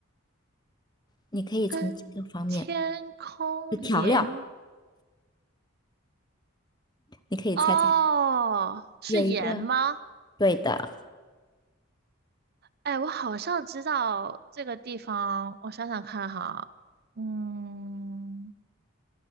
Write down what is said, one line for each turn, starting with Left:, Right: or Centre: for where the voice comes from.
Left: 你可以从几个方面，
Right: 跟天空连，
Left: 调料，你可以猜猜，
Right: 哦，是盐吗？
Left: 有一个，对的。
Right: 哎，我好像知道这个地方，我想想看哈，嗯，